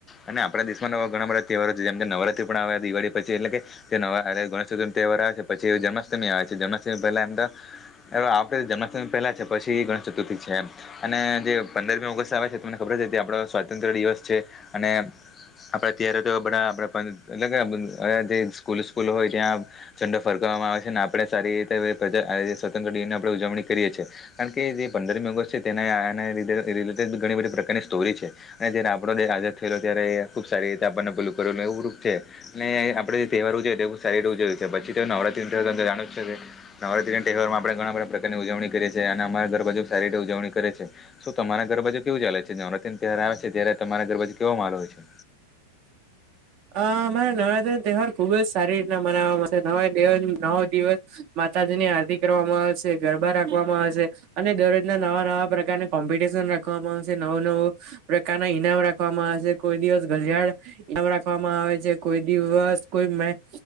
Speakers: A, on the left; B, on the right.
A: અને આપણા દેશ. નવા ઘણા બધા તહેવારો છે જેમ કે નવરાત્રી પણ આવે દિવાળી પછી એટલે કે જે નવા ગણેશ ચતુર્થી તેવાર આવે છે પછી. જન્માષ્ટમી આવે છે જન્માષ્ટમી પહેલામ તો. હ આ ફેરી જન્માષ્ટમી પહેલા છે પછી ગણેશ ચતુર્થી છે અને જે પંદરમી ઓગસ્ટ આવે છે તમને ખબર. આપણે સ્વાતંત્ર દિવસ છે અને આપણે અત્યારે તો બધા આપ એટલે કે જે સ્કૂલ સ્કૂલ હોય ત્યાં ંડો ફરક આવે છેને આપણેે સારી રીતે સ્વતંત્ર દિનની આપણે ઉજવણી કરીએ છીએ કારણ કે જે પંદરમી ઓગસ્ટ તે રિલેટેડ ઘણી બધી પ્રકારની સ્ટોરી છે અને જયારે આપણો આાદ થયેલો ત્યારે ખૂબ સારી રીતે આપણને ભલું કરેલ એવુંૂપ છે અને આપણે જે તહેવાર જોએ તેુ સારીીતે ઉજય છે પછી તે ન નવરાત્રી ના તહેવારમાં આપણે ઘણા બધા પ્રકારની ઉજવણી કરીએએ અને અમા ઘર બાાજુ સારીજણી ઉજવણી કરે છે તો તમારા ગરબાજ કેવું ચાલે છે નવરાત તહેવાર આવે છે ત્યારે તમારા ગરબાજ કેો માલો હોય છે
B: અ મારે નવરાત્રી ન તહેવાર ખુબજ સારી રીતના મનાવામાં નવા દ નવો દિવસ માતાજી ની આરતી કરવામાં આવે છે ગરબા રાખવામાં આવે છે અને દરરોજના નવા નવા પ્રકારના કોમ્પિટશન રાખવામાં આવે છે નવ નવ પ્રકારના ઈનામ રાખવામાં આવે કોઈ દિવસ ઘડિયાળ રા આવે છે કોઈ દિવસ કોઈ મેન્સ